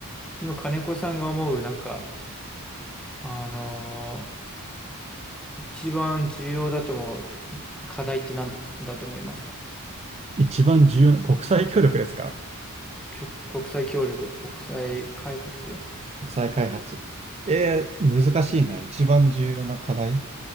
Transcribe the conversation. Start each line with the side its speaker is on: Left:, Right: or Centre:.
Centre: 今、金子さんが思う、なんか、あのー一番重要だと思う課題って何だと思いますか
Right: 一番重要な、国際協力ですか
Centre: きょ国際協力と国際開発、
Right: 国際開発。えー、難しいな。一番重要な課題。